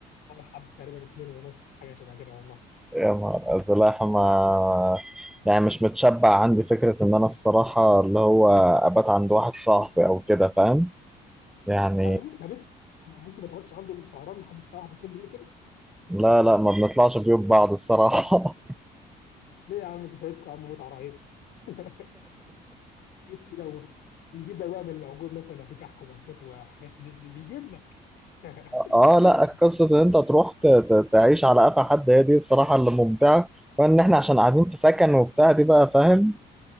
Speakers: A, on the left; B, in the centre.
A: <laughs> لحد تقريبا 2 ونص حاجه شبه كده والله
B: <laughs> يا نهار ازرق ما يعني مش متشبع عندي فكره ان انا الصراحه اللي هو ابات عند واحد صاحبي او كده فاهم؟ يعني
A: ما ما ما بنت ممكن ما تقعدش عنده السهران لحد الساعه 1 2 بالليل كده
B: لا لا ما بنطلعش بيوت بعض الصراحه <laughs>
A: ليه يا عم انت فايتكم يا عم متعه رهيبه <laughs> ايه كده و- ويجيب لك بقى من الموجود مثلا لو في كحك وبسكوت وحاجات من دي بيجيب لك <laughs>
B: اه
A: لسه
B: لا قصه ان انت تروح ت- ت- تعيش على قفا حد هي دي الصراحه اللي ممتعه فان احنا عشان قاعدين في سكن وبتاع دي بقى فاهم؟